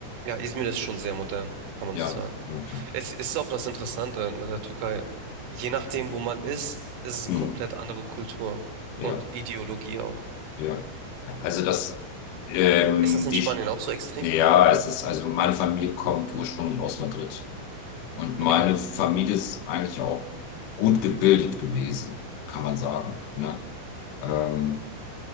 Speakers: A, on the right; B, on the left.
A: Ja, Izmir ist schon sehr modern, kann man
B: Ja,
A: so sagen.
B: okay.
A: Es ist auch das Interessante in der Türkei. Je nachdem, wo man ist, ist es eine
B: Hm,
A: komplett andere Kultur
B: ja,
A: und Ideologie auch.
B: ja. Also das, ähm,
A: Ist das in
B: die,
A: Spanien auch so extrem?
B: ja, es ist, also meine Familie kommt ursprünglich aus Madrid. Und meine
A: Okay.
B: Familie ist eigentlich auch gut gebildet gewesen, kann man sagen, ne? Ähm,